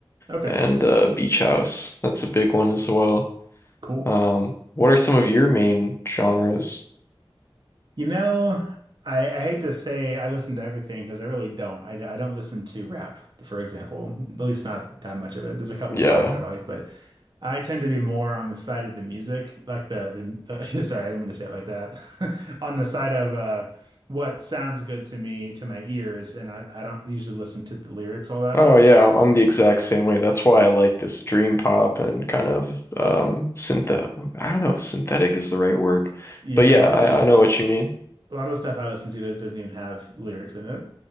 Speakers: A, on the right; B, on the left.
A: Okay.
B: And uh, Beach House, that's a big one as well.
A: Cool.
B: Um, what are some of your main genres?
A: You know, I, I hate to say I listen to everything because I really don't. I, I don't listen to rap, for example, at least not that much of it. There's a couple
B: Yeah.
A: of songs I like, but I tend to be more on the side of the music, like the, the <laughs> sorry, I didn't mean to say it like that. <laughs> On the side of uh, what sounds good to me, to my ears, and I, I don't usually listen to the lyrics all that
B: Oh
A: much.
B: yeah, I'm, I'm the exact same way. That's why I like this dream pop and kind of um synth I don't know if synthetic is the right word,
A: Yeah,
B: but yeah,
A: a lot
B: I,
A: of the
B: I know what you mean.
A: a lot of the stuff I listen to does, doesn't even have lyrics in it.